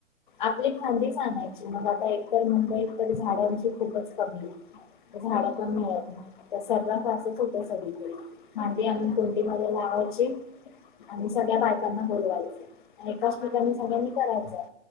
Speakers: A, on the left; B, in the centre.
A: आपली खांदी स आणायची मग आता एकतर मुंबईतत झाडांची खूपच कमी आहे. झाड
B: हम्म
A: पण मिळत नाही त्या सर्व फच होत सगळी. मांदी आणून
B: अच्छा
A: कंडी मध्ये लावायची आणि सगळ्या बायकांना बोलवायची एकाच
B: अपार्टमेंट
A: ठिकाणी सगळ्यांनी
B: मधले
A: करायचंय.